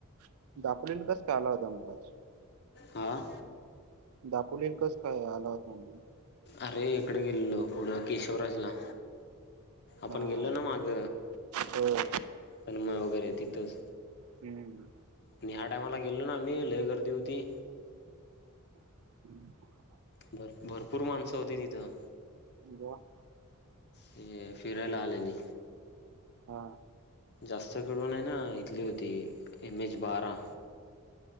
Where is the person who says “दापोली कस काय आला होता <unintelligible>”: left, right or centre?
Right